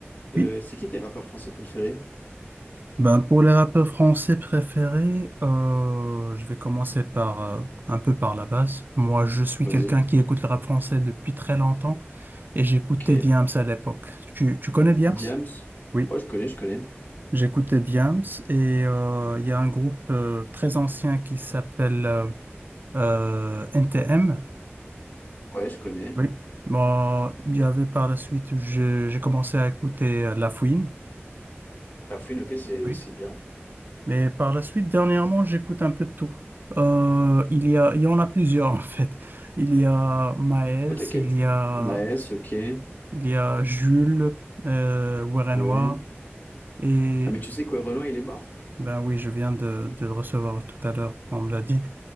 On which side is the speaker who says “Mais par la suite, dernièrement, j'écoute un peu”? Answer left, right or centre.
Right